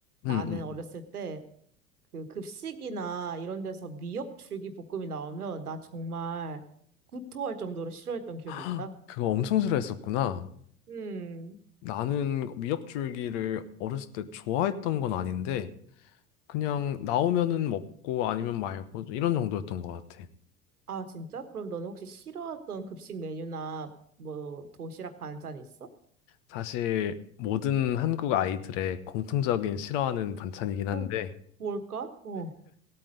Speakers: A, on the left (about 55°); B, on the right (about 80°).
A: 응,
B: 나는
A: 응.
B: 어렸을 때 그 급식이나 이런 데서 미역 줄기볶음이 나오면 나 정말 구토할 정도로 싫어했던 기억이
A: <gasps>
B: 있다.
A: 그거 엄청 싫어했었구나.
B: 음.
A: 나는 미역줄기를 어렸을 때 좋아했던 건 아닌데 그냥 나오면은 먹고 아니면 말고 이런 정도였던 것 같아.
B: 아, 진짜? 그럼 너는 혹시 싫어했던 급식 메뉴나 뭐 도시락 반찬 있어?
A: 사실 모든 한국 아이들의 공통적인 싫어하는 반찬이긴 한데
B: 어, 뭘까? 어.